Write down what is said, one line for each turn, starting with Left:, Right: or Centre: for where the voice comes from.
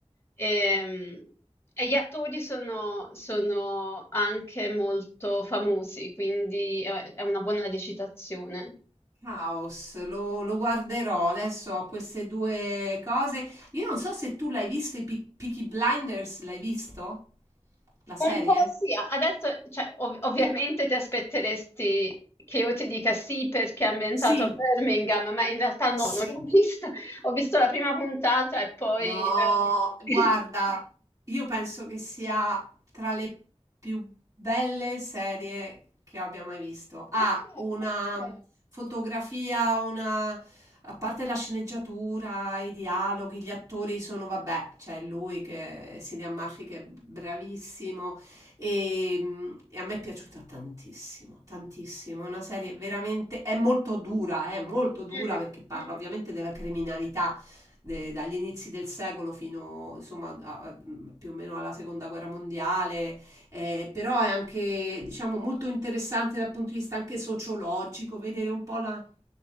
Left: Ehm, E, gli attori sono, sono anche molto famosi, quindi è è una buona recitazione.
Right: Chaos, lo, lo guarderò. Adesso ho queste due cose. Io non so se tu l'hai visto, i Pe- Peaky Blinders, l'hai visto? La serie?
Left: Un po' sì, a- adesso, cioè, ov- ovviamente ti aspetteresti che io ti dica sì perché è ambientato
Right: Sì,
Left: a Birmingham, ma in realtà no,
Right: sì.
Left: non l'ho <laughs> vista. Ho visto la prima puntata e poi...
Right: No,
Left: eh, <laughs>
Right: guarda, io penso che sia tra le più belle serie che abbia mai visto. Ha
Left: Ok.
Right: una fotografia, una... A parte la sceneggiatura, i dialoghi, gli attori sono, vabbè, c'è lui che Cillian Murphy che è bravissimo e, mm, e a me è piaciuta tantissimo, tantissimo. È una serie veramente, è molto dura, è molto dura
Left: Mm,
Right: perché parla ovviamente della criminalità de- dagli inizi del secolo fino insomma a- a- più o meno alla seconda guerra mondiale, eh, però è anche diciamo molto interessante dal punto di vista anche sociologico, vedere un po' la